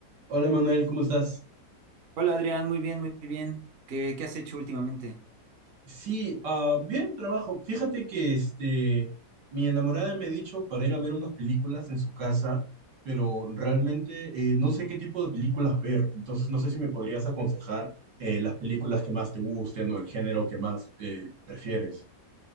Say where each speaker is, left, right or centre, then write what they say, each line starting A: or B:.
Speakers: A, on the right; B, on the right.
A: Hola Manuel, ¿cómo estás?
B: Hola Adrián, muy bien, muy bien. ¿Qué, qué has hecho últimamente?
A: Sí, ah, bien, trabajo. Fíjate que este, mi enamorada me ha dicho para ir a ver unas películas en su casa, pero realmente eh, no sé qué tipo de películas ver. Entonces no sé si me podrías aconsejar eh, las películas que más te gusten o el género que más eh, prefieres.